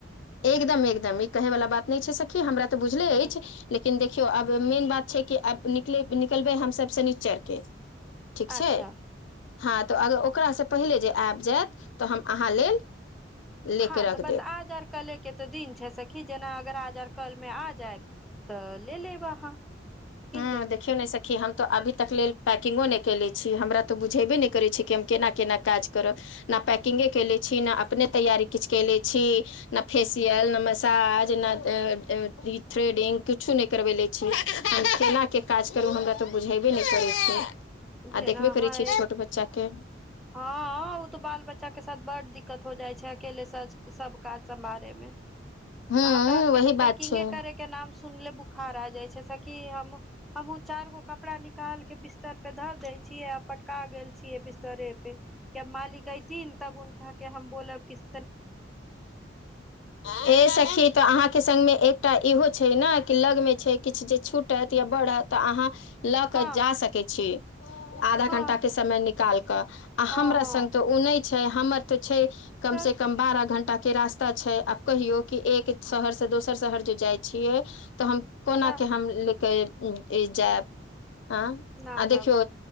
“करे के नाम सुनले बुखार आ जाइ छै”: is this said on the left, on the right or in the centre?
Centre